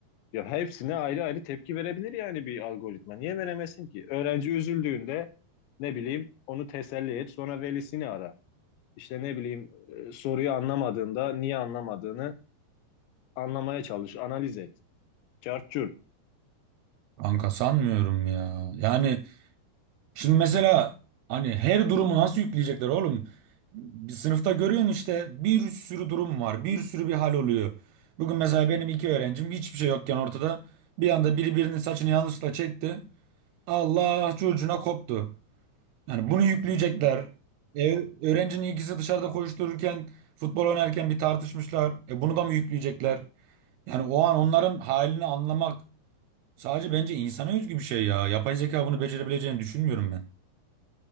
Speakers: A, on the left; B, on the right.
A: ya hepsine ayrı ayrı tepki verebilir yani bir algoritma. Niye veremesin ki? Öğrenci üzüldüğünde ne bileyim onu teselli et sonra velisini ara. İşte ne bileyim e, soruyu anlamadığında niye anlamadığını anlamaya çalış, analiz et. Çarçur.
B: Kanka sanmıyorum ya. Yani Şimdi mesela hani her durumu nasıl yükleyecekler oğlum? Bir sınıfta görüyorsun işte bir sürü durum var. Bir sürü bir hal oluyor. Bugün mesela benim iki öğrencim hiçbir şey yokken ortada bir anda biri birinin saçını yanlışlıkla çekti. Allah çocuğuna koptu. Yani bunu yükleyecekler. E, öğrencinin ikisi dışarıda koştururken futbol oynarken bir tartışmışlar. E, bunu da mı yükleyecekler? Yani o an onların halini anlamak sadece bence insana özgü bir şey ya. Yapay zeka bunu becerebileceğini düşünmüyorum ben.